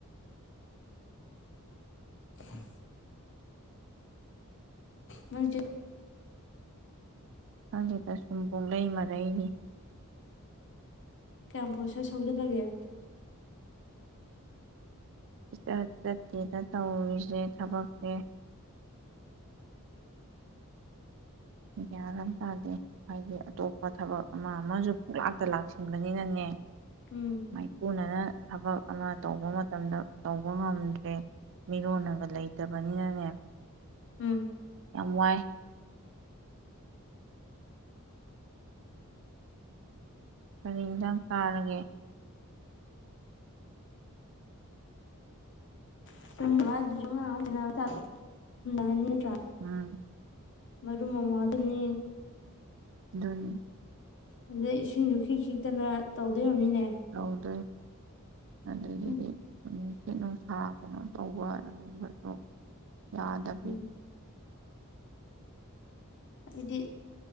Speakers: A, on the left; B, on the right.
A: ꯑ ꯅꯪ ꯆ
B: ꯑꯪꯒꯤꯗꯁꯨꯨꯝꯕꯣꯡ ꯂꯩ ꯃꯔ ꯑꯩꯥꯏ
A: ꯀꯌꯥꯝꯄ꯭ꯔꯁꯦ ꯁꯧꯖꯦ ꯊꯒꯦ
B: ꯏꯆ ꯍ ꯆꯠꯇꯦꯗ ꯇꯧꯔꯤꯁꯦ ꯊꯕꯛꯁꯦ ꯗꯤꯌꯥꯔꯝ ꯇꯥꯗꯦ ꯍꯥꯏꯗꯤ ꯑꯇꯣꯞꯄ ꯊꯕꯛ ꯑꯃ ꯑꯃꯁꯨ ꯄꯣꯛꯂꯥꯛꯇ ꯂꯥꯛꯁꯤꯟꯕꯅꯤꯅꯅꯦ
A: ꯎꯝ
B: ꯃꯥꯏꯄꯨꯅꯅ ꯊꯕꯛ ꯑꯃ ꯇꯧꯕ ꯃꯇꯝꯗ ꯇꯧꯕ ꯉꯝꯗ꯭ꯔꯦ ꯃꯤꯔꯣꯟꯂꯒ ꯂꯩꯇꯕꯅꯤꯅꯅꯦ
A: ꯎꯝ꯫
B: ꯌꯥꯝ ꯋꯥꯏ꯫ ꯀꯔꯤ ꯏꯟꯖꯥꯡ ꯆꯥꯔꯒꯦ?
A: <unintelligible>
B: ꯎꯝ꯫
A: ꯃꯔꯨ ꯃꯃꯥꯗꯅꯤ
B: ꯗꯨꯅꯤ꯫
A: ꯑꯗꯩ ꯏꯁꯤꯡꯖ ꯈꯤꯛ - ꯈꯤꯛꯇꯅ ꯇꯧꯗꯣꯏ ꯑꯣꯏꯔꯝꯅꯤꯅꯦ꯫
B: <inaudible> ꯑꯗꯒꯗꯤ
A: ꯎꯝ
B: ꯑꯃꯨꯛ ꯅꯨꯡꯁꯥ ꯀꯩꯅꯣ ꯇꯧꯕ ꯑꯗꯨꯝꯕꯗꯣ ꯌꯥꯗꯕꯤ
A: ꯎꯝ ꯑꯩꯗꯤ